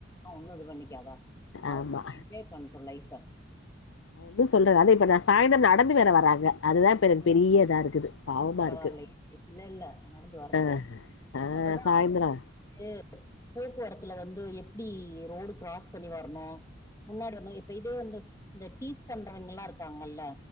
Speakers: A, on the left (about 15°); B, on the left (about 80°).
A: ஒண்ணும் இது பண்ணிக்காதா அவ
B: ஆமா
A: என்ஜாய் பண்ட்டும் லைஃப
B: நா எதும் சொல்லல அது இப்ப நான் சாய்ந்தரம் நடந்து வேற வராங்க அதுதான்
A: ம்
B: பெரிய இதா இருக்குது பாவமா
A: பரவாயில்லயே
B: இருக்கு
A: இல்ல இல்ல நடந்து வரட்டும்
B: ஆ ஆ
A: அப்பதா
B: சாயந்தரோ
A: அவ து போக்குவரத்துல வந்து எப்டி ரோடு க்ராஸ் பண்ணி வரணும் முன்னாடி வந்தா இப்ப இதே வந்து இந்த டீஸ் பண்றவய்ங்கல்லா இருக்காங்கல்ல